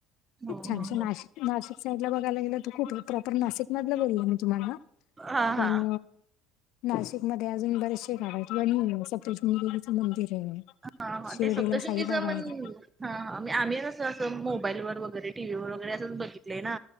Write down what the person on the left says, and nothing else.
खूप छान नाशिक नाशिक साईड ला बघायला गेलं तर कुठ प्रॉपर नाशिक मधला बोलला मी तुम्हाला
पण
नाशिक मध्ये अजून बरेचशे गाव आहेत, सप्तश्रुंगी देवीचं मंदिर आहे.
शिर्डीला
साईबाबा
आहे.